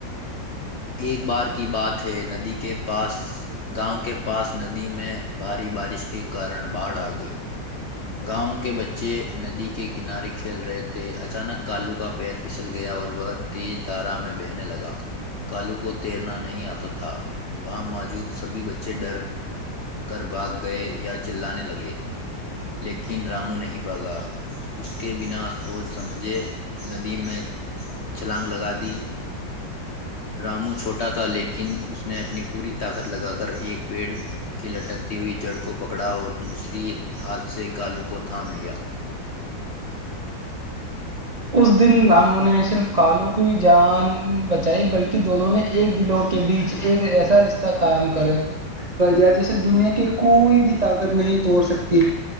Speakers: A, on the left; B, on the right.
A: ایک بار کی بات ہے ندی کے پاس گاؤں کے پاس ندی میں بھاری بارش کے کارن باڑھ آ گئی گاؤں کے بچے بچے ندی کے کنارے کھیل رہے تھے اچانک کالو کا پیر پھسل گیا اور وہ تیز دھارا میں بہنے لگا کالو کو تیرنا نہیں آتا تھا وہاں موجود سبھی بچے ڈر کر بھاگ گئے یا چللانے لگے لیکن رامو نہیں بھاگا اس کے بنا سوچ سمجھے ندی میں چھلانگ لگا دی رامو چھوٹا تھا لیکن اس نے اپنی پوری طاقت لگا کر ایک پیڑ کی لٹکتی ہوئی جڑ کو پکڑا اور دوسری ہاتھ سے کالو کو تھام لیا
B: اس دن رامو نے صرف کالو کی جان بچائی بلکہ دونوں نے ایک دلوں کے بیچ ایک ایسا رشتہ قائم کر کر دیا جسے دنیا کی کوئی بھی طاقت نہیں توڑ سکتی